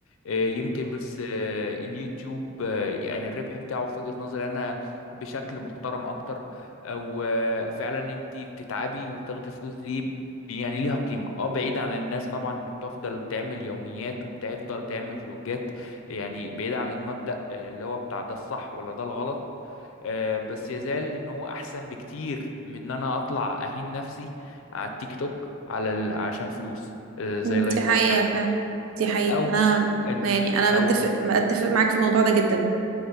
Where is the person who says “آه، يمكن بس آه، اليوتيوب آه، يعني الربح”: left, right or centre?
Left